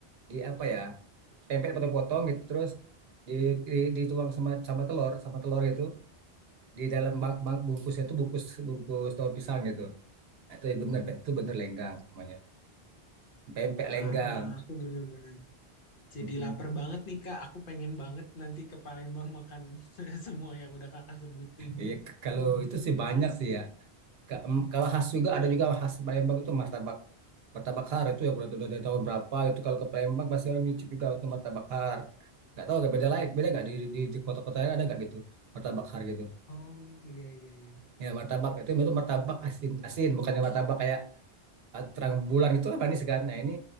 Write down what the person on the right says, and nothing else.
di apa ya? Pempek dipotong-potong gitu terus di, di- dituang sama sama telur sama telur gitu di dalam bang, bang- bungkusnya itu bungkus bungkus daun pisang gitu. Nah, Itu bener, Pe. itu bener lenggang namanya. Pempek
lenggang.
Mm-mm.
Iya, k- kalau itu sih banyak sih ya. Ka- em, Kalau khas juga ada juga khas Palembang itu martabak martabak har itu ya udah, udah dari tahun berapa itu kalau ke Palembang pasti orang nyicip juga untuk martabak har. Nggak tahu nggak beda lain, beda nggak di di, di kota-kota lain ada nggak gitu martabak har gitu.
Ya martabak itu itu martabak asin asin bukannya martabak kayak Ah, terang bulan itu apa nih segan? Nah ini